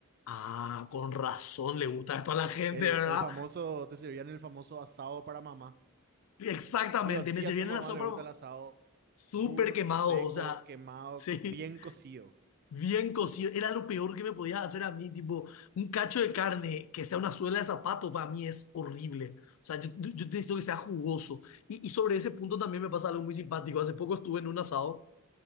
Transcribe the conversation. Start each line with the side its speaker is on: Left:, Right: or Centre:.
Left: ah, con razón le gusta esto a la gente,
Right: El,
Left: ¿verdad?
Right: el famoso, te servían el famoso asado para mamá.
Left: Exactamente,
Right: Dios, sí,
Left: me servían
Right: a tu mamá
Left: el asado
Right: le
Left: pero
Right: gusta el asado
Left: súper
Right: duro,
Left: quemado,
Right: seco,
Left: o sea,
Right: quemado,
Left: <laughs> sí.
Right: co- bien cocido.
Left: Bien cocido, era lo peor que me podías hacer a mí, tipo, un cacho de carne que sea una suela de zapato, para mí es horrible. O sea, yo, yo necesito que sea jugoso. Y, y sobre ese punto también me pasa algo muy simpático. Hace poco estuve en un asado